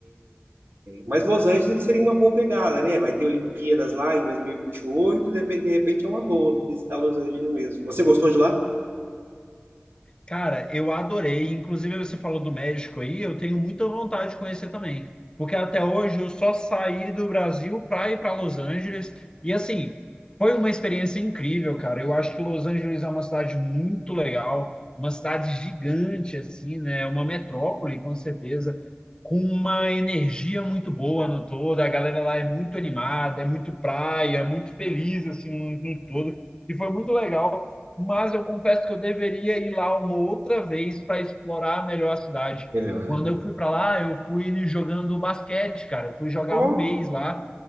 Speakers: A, on the right (about 75°); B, on the left (about 20°).
A: Mas Los Angeles seria uma boa pegada, né? Vai ter Olimpíadas lá em 2028, de repente de repente é uma boa visitar Los Angeles mesmo. Você gostou de lá?
B: Cara, eu adorei. Inclusive, você falou do México aí, eu tenho muita vontade de conhecer também. Porque até hoje eu só saí do Brasil para ir para Los Angeles. E assim, foi uma experiência incrível, cara. Eu acho que Los Angeles é uma cidade muito legal, uma cidade gigante, assim, né? É Uma metrópole, com certeza, com uma energia muito boa no todo. A galera lá é muito animada, é muito praia, é muito feliz, assim, no no todo. E foi muito legal mas eu confesso que eu deveria ir lá uma outra vez para explorar melhor a cidade.
A: Melhor, né?
B: Quando eu fui para lá, eu fui jogando basquete, cara. Eu fui jogar
A: Oh,
B: um mês lá.